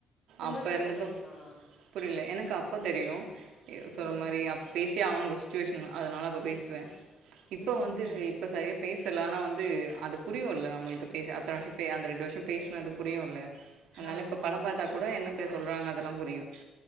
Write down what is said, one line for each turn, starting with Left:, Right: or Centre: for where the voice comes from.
Left: உங்ளுக்கு
Right: அப்ப
Left: கன்னடா
Right: இருந்தப்ப
Left: தெரியுமா
Right: புரியல எனக்கு அப்ப தெரியு சொல்ற
Left: ம்
Right: மாரி அப்ப பேஸ் அவங்க ஒரு சுச்சுவேஷன் அதனால அப்ப பேசுவே இப்ப
Left: ம்
Right: வந்து
Left: ம்
Right: இப்ப சரிய பேசலனா வந்து அது புரியும்ல நம்மளுக்கு பேச அத்தன வர்ஷோ அந்த ரெண்டு வர்ஷோ பே பேஸ்னது புரியுல்ல அதனால
Left: ஆமா
Right: இப்ப படம் பாத்தா கூட என்ன பேர் சொல்றாங்க அதெல்லா புரியு